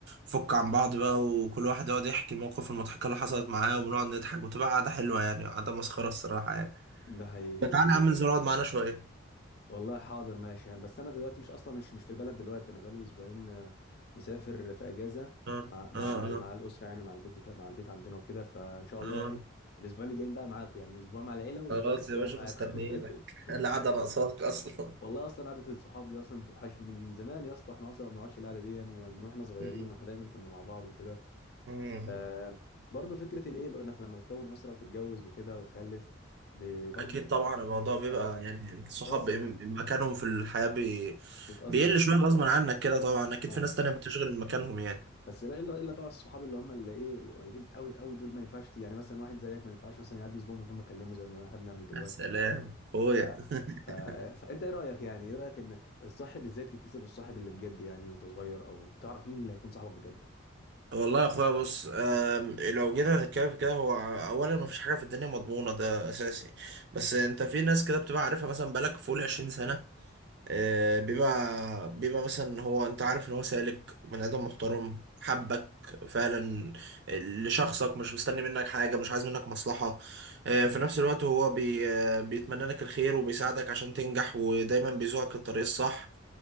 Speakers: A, on the right; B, on the left.
A: نفك عن بعض بقى وكل واحد يقعد يحكي المواقف المضحكه اللي حصلت معاه وبنقعد نضحك وتبقى قعده حلوه يعني قعده مسخره الصراحه يعني
B: ده حقيقي ده
A: تعالى
B: حقيقي
A: يا عم انزل اقعد معانا شوية
B: والله حاضر ماشي يعني بس انا دلوقتي مش اصلا مش مش في البلد دلوقتي انا بقالي اسبوعين آه، مسافر في اجازة
A: اه
B: مع مع
A: اه
B: مع
A: اه
B: الاسرة يعني مع البيت بتاع مع البيت عندنا وكده فان شاء الله
A: اه
B: ايه الاسبوعين الجايين بقى معاكم يعني اسبوع مع العيلة واسبوع
A: خلاص
B: اسبوعين
A: يا باشا
B: معاكم
A: مستنيينك
B: <laughs>
A: <laughs> القعدة ناقصاك أصلا
B: والله اصلا قعده الصحاب دي اصلا بتوحشني من زمان يا اسطى احنا اصلا ما بنقعدش القعده دي ومن واحنا صغيرين
A: مم.
B: واحنا دايما كنا مع بعض وكده
A: مم.
B: ف برضه فكره الايه لو انك لما بتكون اسره وتتجوز وكده وتخلف ب- برضه
A: أكيد طبعا
B: بتاثر
A: الموضوع بيبقى يعني الصحاب
B: بتاثر
A: بي- مكانهم في الحياة بي...
B: بتاثر
A: بيقل
B: طبعاً.
A: شوية غصب عنك كده طبعا أكيد
B: اه
A: في ناس تانية بتشغل مكانهم يعني
B: بس لا الا الا بقى الصحاب اللي هم اللي ايه القريبين قوي قوي دول ما ينفعش يعني مثلا واحد زيك ما ينفعش مثلا يعدي اسبوع من غير ما اكلمه زي ما احنا بنعمل دلوقتي
A: يا سلام أخويا
B: ف...
A: <laughs>
B: ف... فانت ايه رايك يعني ايه رايك ان الصاحب ازاي بتكتسب الصاحب اللي بجد يعني وانت صغير او بتعرف مين اللي هيكون صاحبك بجد
A: والله يا أخويا بص آم، لو جينا نتكلم في كده هو أولا مفيش حاجة في الدنيا مضمونة ده أساسي بس أنت في ناس كده بتبقى عارفها مثلا بقالك فوق العشرين سنة آه، بيبقى بيبقى مثلا هو انت عارف ان هو سالك بني ادم محترم حبك فعلا لشخصك مش مستني منك حاجه مش عايز منك مصلحه آه، في نفس الوقت هو بي آه، بيتمنى لك الخير وبيساعدك عشان تنجح ودايما بيزوقك الطريق الصح